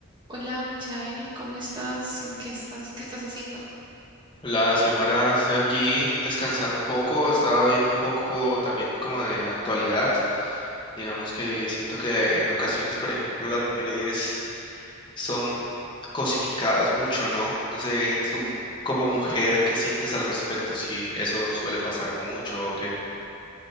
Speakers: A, on the right (about 20°); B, on the left (about 20°).
A: Hola, Michael, ¿cómo estás? ¿En ¿Qué estás? ¿Qué estás haciendo?
B: Hola, Xiomara, estoy aquí descansando un poco, estaba viendo un poco también como de actualidad. Digamos que siento que en ocasiones, por ejemplo, las mujeres son cosificadas mucho, ¿no? No sé,
A: Sí,
B: tú
A: ¿no?
B: como mujer, ¿qué sientes al respecto? Si eso suele pasar mucho o qué.